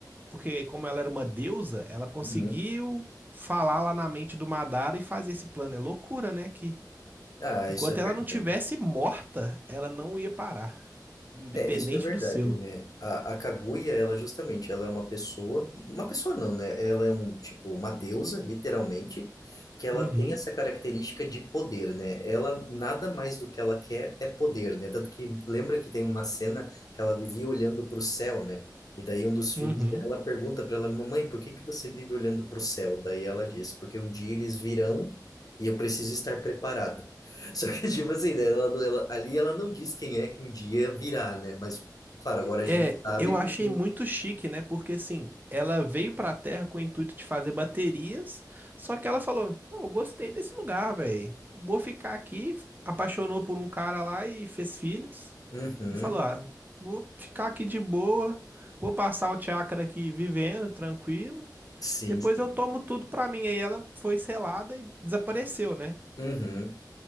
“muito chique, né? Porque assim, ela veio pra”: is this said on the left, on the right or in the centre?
Right